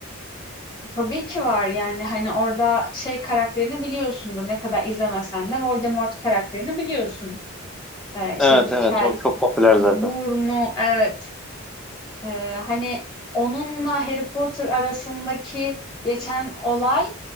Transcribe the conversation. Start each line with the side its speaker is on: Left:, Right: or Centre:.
Left: Tabii ki var yani, hani, orada şey karakterini biliyorsundur, ne kadar izlemesen de Voldemort karakterini biliyorsundur. Eee, işte
Centre: Evet
Left: bu
Centre: evet
Left: kel,
Centre: o çok popüler
Left: burnu
Centre: zaten.
Left: Evet. Eee, hani, onunla Harry Potter arasındaki geçen olay